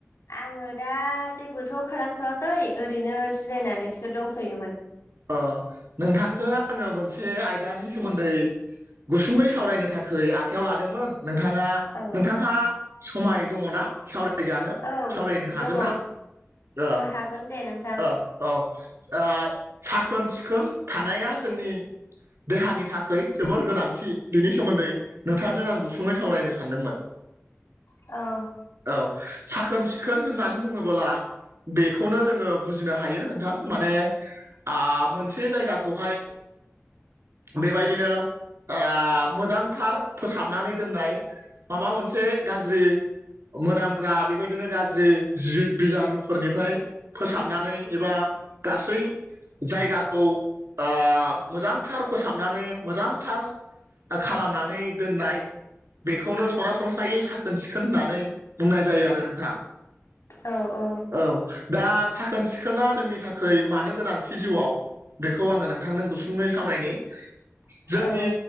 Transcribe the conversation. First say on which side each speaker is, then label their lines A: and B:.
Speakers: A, on the left (about 85°); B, on the right (about 75°).
A: आङो दा जेबोथ' खालामथ'वाखै ओरैनो जिरायनानैसो दंथ'योमोन
B: अ नोंथांजों ओ मोनसे आयदानि सोमोन्दै गुसुङै सावरायनो थाखाय आखायाव लादोंमोन नोंथाङा
A: औ
B: नोंथाङा समाय दङना सावराय जानो
A: औ
B: सावरायनो हागोन
A: दङ
B: ना औ
A: हागोन दे नोंथां
B: औ औ साखोन सिखोन थानाया जोंनि देहानि थाखाय जोबोर गोनांथि बिनि सोमोनदै नोंथांजों आं गुसुङै सावरायनो सानदोंमोन
A: औ
B: औ साखोन सिखोन होननानै बुङोबोला बेखौनो जोङो बुजिनो हायो नोंथां माने आ मोनसे जायगाखौहाय बेबायदिनो ओ मोजांथार फोसाबनानै दोननाय माबा मोनसे गाज्रि मोनामग्रा बेबायदिनो गाज्रि जि बिजानुफोरनिफ्राय फोसाबनानै एबा गासै जायगाखौ ओ मोजांथार फोसाबनानै मोजांथार खालामनानै दोननाय बेखौनो सरासनस्रायै साखोन सिखोन होननानै बुंनाय जायो आरो नोंथां
A: औ औ
B: औ दा साखोन सिखोना जोंनि थाखाय मानो गोनांथि जिउआव बेखौ आङो नोंथांनो गुसुंङै सावरायनि जोंनि
A: औ